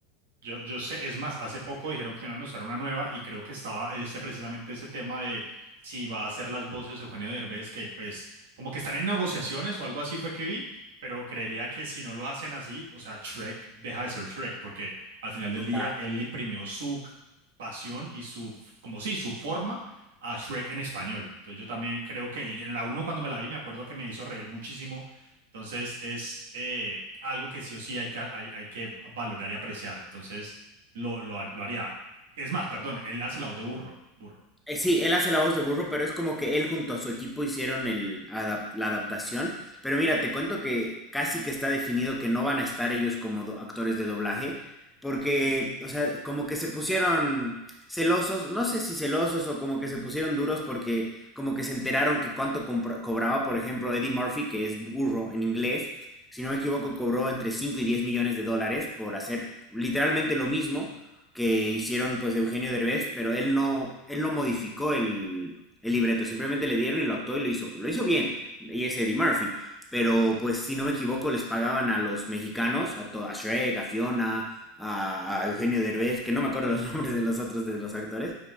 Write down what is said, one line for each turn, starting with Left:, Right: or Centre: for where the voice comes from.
Right: Yo, yo sé, es más, hace poco dijeron que iban a lanzar una nueva y creo que estaba este, precisamente ese tema de si va a hacer las voces Eugenio Derbez, que pues como que están en negociaciones o algo así fue que vi, pero creería que si no lo hacen así, o sea, Shrek deja de ser Shrek, porque al final del
Centre: o
Right: día
Centre: sea,
Right: él le imprimió su c- pasión y su, f- como sí, su forma a Shrek en español. Entonces yo también creo que en la uno cuando me la vi me acuerdo que me hizo reír muchísimo entonces es eh, algo que sí o sí hay que, hay, hay que valorar y apreciar. Entonces lo, lo, har- lo haría. Es más, perdón, él hace la voz de burro, burro.
Centre: Eh, Sí, él hace la voz de burro, pero es como que él junto a su equipo hicieron el adap- la adaptación. Pero mira, te cuento que casi que está definido que no van a estar ellos como do- actores de doblaje, porque, o sea, como que se pusieron celosos, no sé si celosos o como que se pusieron duros porque como que se enteraron que cuánto compra- cobraba, por ejemplo, Eddie Murphy, que es burro en inglés, si no me equivoco, cobró entre 5 y 10 millones de dólares por hacer literalmente lo mismo que hicieron pues Eugenio Derbez, pero él no, él no modificó el, el libreto, simplemente le dieron y lo actuó y lo hizo, lo hizo bien, y es Eddie Murphy, pero pues si no me equivoco les pagaban a los mexicanos, a, to- a Shrek, a Fiona, a, a Eugenio Derbez, que no me acuerdo los <laughs> nombres de los otros de los actores,